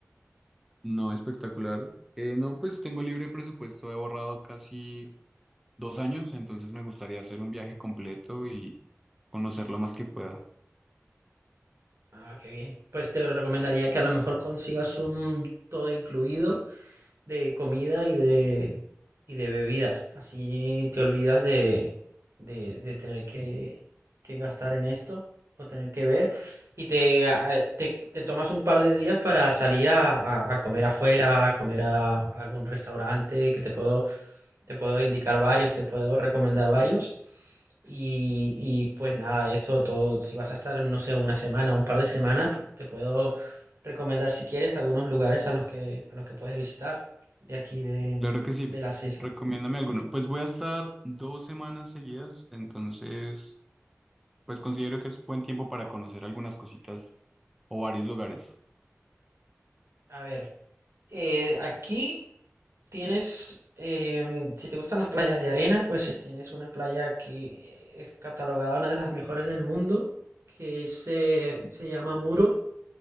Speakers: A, in the centre; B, on the right (about 65°).
A: No, espectacular. Eh, no, pues tengo libre presupuesto, he ahorrado casi dos años, entonces me gustaría hacer un viaje completo y conocer lo más que pueda.
B: Ah, qué bien. Pues te recomendaría que a lo mejor consigas un todo incluido de comida y de, y de bebidas. Así te olvidas de, de, de tener que, que gastar en esto o tener que ver. Y te, ah, te, te tomas un par de días para salir a, a- a comer afuera, a comer a, a algún restaurante que te puedo te puedo indicar varios, te puedo recomendar varios. Y, y, pues nada, eso todo. Si vas a estar, no sé, una semana, un par de semanas, pues te puedo recomendar si quieres algunos lugares a los que, a los que puedes visitar de aquí de,
A: Claro que sí,
B: de las islas.
A: recomiéndame alguno. Pues voy a estar dos semanas seguidas, entonces pues considero que es buen tiempo para conocer algunas cositas o varios lugares.
B: A ver, eh, aquí tienes, em, si te gustan las playas de arena, pues es- tienes una playa que eh, es catalogada una de las mejores del mundo, que se, se llama Muro